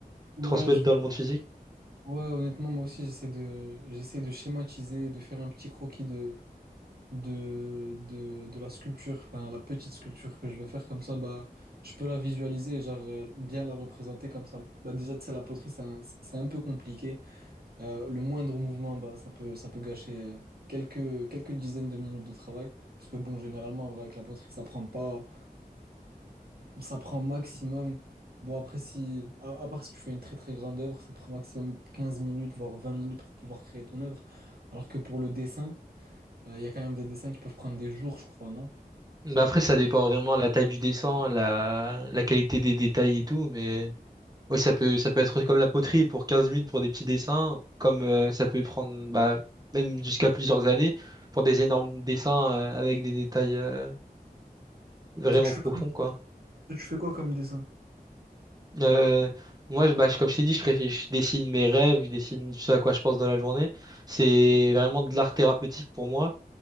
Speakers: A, on the right (about 80°); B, on the right (about 25°).
A: Ouais,
B: transmettre
A: je
B: dans
A: vais-
B: le monde physique?
A: ouais, honnêtement, moi aussi, j'essaie de, j'essaie de schématiser, de faire un petit croquis de, de, de, de la sculpture, enfin la petite sculpture que je vais faire comme ça, bah, je peux la visualiser et genre euh, bien la représenter comme ça. Bah, déjà, tu sais, la poterie, c'est un, c'est un peu compliqué. Euh, le moindre mouvement, bah, ça peut, ça peut gâcher euh, quelques, quelques dizaines de minutes de travail. Parce que bon, généralement, en vrai, avec la poterie, ça prend pas, ça prend maximum. Bon, après, si, à, à part si tu fais une très très grande œuvre, ça te prend maximum 15 minutes, voire 20 minutes pour pouvoir créer ton œuvre. Alors que pour le dessin, euh, Il y a quand même des dessins qui peuvent prendre des jours, je crois, non?
B: Bah après, ça dépend vraiment de la taille du dessin, la, la qualité des détails et tout, mais... Oui, ça peut, ça peut être comme la poterie pour 15 minutes pour des petits dessins, comme euh, ça peut prendre bah, même jusqu'à plusieurs années pour des énormes dessins euh, avec des détails euh, vraiment
A: Toi, tu fais
B: profonds,
A: quoi,
B: quoi.
A: toi, tu fais quoi comme dessin?
B: Euh, moi, je, bah, je- comme je t'ai dit, je, préfère, je dessine mes rêves, je dessine ce à quoi je pense dans la journée. C'est vraiment de l'art thérapeutique pour moi.